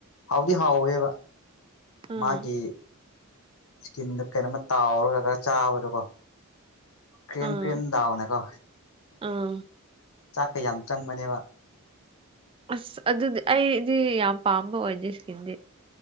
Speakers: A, on the left (about 75°); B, on the right (about 25°).
A: ꯍꯥꯎꯗꯤ ꯍꯥꯎꯋꯦꯕ
B: ꯑꯥ
A: ꯃꯥꯒꯤ ꯏꯁꯀꯤꯟꯗꯨ ꯀꯩꯅꯣꯝꯃ ꯇꯥꯎꯔꯒ ꯈꯔ ꯆꯥꯕꯗꯣꯀꯣ ꯀ꯭ꯔꯔꯤꯝ
B: ꯑꯥ
A: ꯀ꯭ꯔꯔꯤꯝꯗꯥꯎꯅ ꯀꯣ
B: ꯑꯥ
A: ꯆꯥꯛ ꯀꯌꯥꯝ ꯆꯪꯕꯅꯦꯕ
B: ꯑꯁ ꯑꯗꯨꯗꯤ ꯑꯩꯗꯤ ꯌꯥꯝ ꯄꯥꯝꯕ ꯑꯣꯏꯗꯦ ꯏꯁꯀꯤꯟꯗꯤ